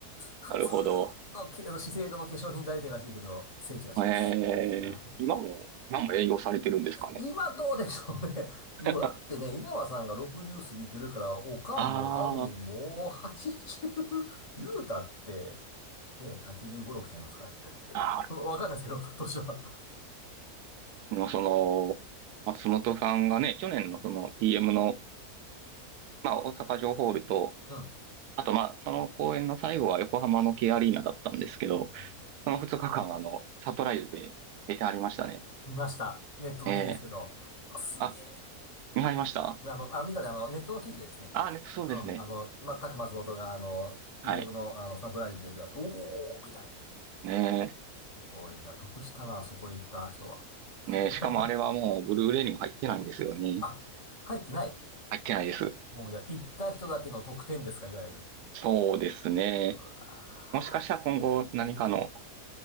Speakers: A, on the left; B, on the right.
A: 普通
B: なるほど。
A: のけ、あの資生堂の化粧品代理店らしいけど、聖地らしいです。
B: えー、
A: はい。あ
B: 今も、今も営業されてるんですかね。
A: 今どうでしょうね。
B: <laughs>
A: もうだってね、稲葉さんが60過ぎてるから、おかんも多分もう80、
B: あー
A: 言うたって、ね、85、6ちゃいますかね。
B: あ
A: <laughs> わかんないですけど、年は。
B: ー、もうその、松本さんがね、去年のその TM の、まあ大阪城ホールと、
A: うん。
B: あとまあその公演の最後は横浜の K アリーナだったんですけど、
A: はいはいはいはいはいはい。
B: その2日間あの、サプライズで出てありましたね。
A: 見ました。ネットの記事ですけど。
B: ええ
A: うわすげえ。
B: あ、見張りました
A: あの、あ、見たね、あの、ネットの記事でですね。
B: ああ、ネットそうですね。
A: うん。あの、まあ、タク松本が、あの、TM
B: はい。
A: の、あの、サプライズで出たと、おーみたいな。
B: ね
A: すごいな。得したな、そこで行った人は。<laughs>
B: え。ねえ。しかもあれはもう、ブルーレイにも入ってないんですよね。
A: あ、入ってない。
B: 入ってないです。
A: もうじゃあ、行った人だけの得点ですか、いわゆる。
B: そうですね。
A: うわ
B: もしかしたら今後何かの